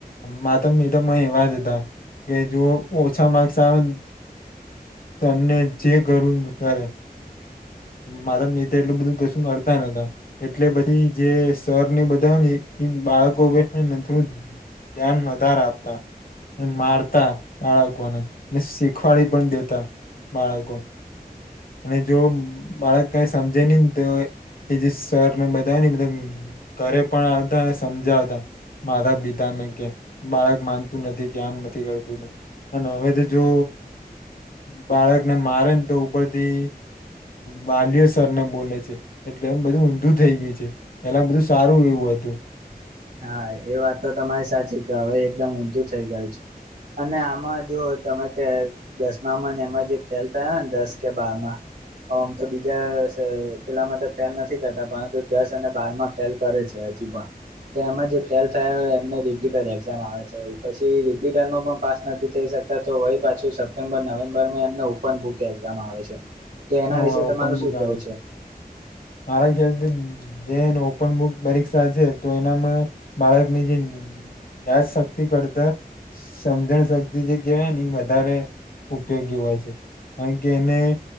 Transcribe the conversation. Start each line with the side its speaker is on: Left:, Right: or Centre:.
Left: માતમ એવા જ હતા કે, જો ઓછા માર્કસ આવે તેમને જે કરું કરે. મારા મિત્ર એટલું બધું કશું કરતા નહતા. એટલે પછી જે સરને બધા ને, એ બાળકો ને છે ને, થોડું ધ્યાન વધારે આપવાનું. અને મારતા બાળકોને અને શીખવાડી પણ દેતા બાળકો ને. અને જો બાળક કંઈ સમજે નહીંને તો એ જે સરને બધા ને ઘરે પણ આવતા અને સમજાવતા. માતા-પિતાને કે બાળક માનતું નથી કે આમ નથી કરતું ને અને હવે તો જો બાળકને મારે ને, તો ઉપરથી વાલીઓ સરને બોલે છે. એટલે બધું ઊંધું થઇ ગયું છે. પેલા બધું સારું એ હતું.
Right: હા, એ વાત તો તમારી સાચી કે હવે એકદમ ઊંધું થઈ ગયું છે. અને આમાં જો તમે કે દસમામાં એમાં જે ફેલ થયો ને, દસ કે બારમાં હ, આમ તો બીજા પેલામાં તો ફેલ નથી કરતા, પરંતુ દસ અને બાર માં ફેલ કરે છે. <unintelligible> તો એમાં જે ફેલ થયા હોય, એમને રિપીટર એક્ઝામ આવે છે. પછી રીપીટરમાં પણ પાસ નથી થઈ શક તો વળી પાછું સપ્ટેમ્બર, નવેમ્બર એમને ઓપન બુકે એઝામ આવે છે. તો એના
Left: હા,
Right: વિશે
Left: ઓપન
Right: તમારું
Left: બુક
Right: શું કેવું
Left: આવે છે. મારા ખ્યાલથી જેને ઓપન બુક પરીક્ષા છે, તો એનામાં બાળકની જે યાદ શક્તિ કરતા સમજણ શક્તિ જે કહેવાય ને, વધારે ઉપયોગી હોય છે, કારણ કે એને